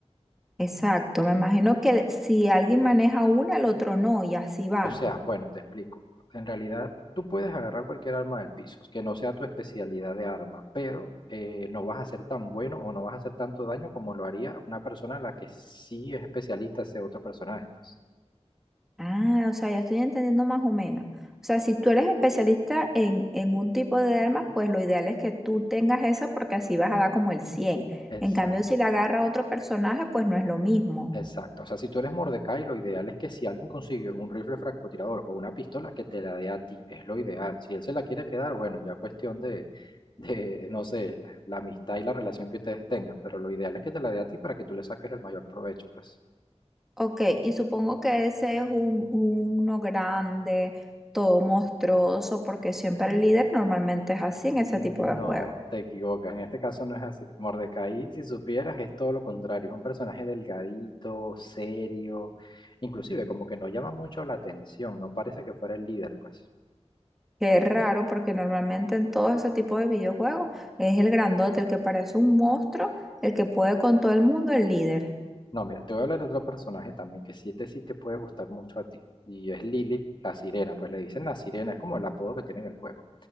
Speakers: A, in the centre; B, on the left.
A: Exacto, me imagino que si alguien maneja una, el otro no y así va.
B: O sea, bueno, te explico. En realidad, tú puedes agarrar cualquier arma del piso, que no sea tu especialidad de arma, pero eh, no vas a ser tan bueno o no vas a hacer tanto daño como lo haría una persona en la que sí es especialista ese otro personaje, pues.
A: Ah, o sea, ya estoy entendiendo más o menos. O sea, si tú eres especialista en, en un tipo de armas, pues lo ideal es que tú tengas eso porque así vas a dar como el 100.
B: Exacto,
A: En cambio, si la agarra otro personaje, pues no es lo mismo.
B: exacto. O sea, si tú eres Mordecai, lo ideal es que si alguien consigue un rifle francotirador o una pistola, que te la dé a ti, es lo ideal. Si él se la quiere quedar, bueno, ya cuestión de, de no sé, la la amistad y la relación que ustedes tengan, pero lo ideal es que te la dé a ti para que tú le saques el mayor provecho, pues.
A: Ok, y supongo que ese es un, uno grande, todo monstruoso, porque siempre el líder normalmente es así en ese tipo
B: No,
A: de juegos.
B: te equivocas. En este caso no es así. Mordecai, si supieras, es todo lo contrario. Es un personaje delgadito, serio, inclusive como que no llama mucho la atención. No parece que fuera el líder, pues.
A: Que es raro porque normalmente en todo ese tipo de videojuegos es el grandote, el que parece un monstruo, el que puede con todo el mundo, el líder.
B: No, mira, te voy a hablar de otro personaje también que sí te, sí te puede gustar mucho a ti. Y es Lily, la sirena. Pues le dicen la sirena, es como el apodo que tiene en el juego.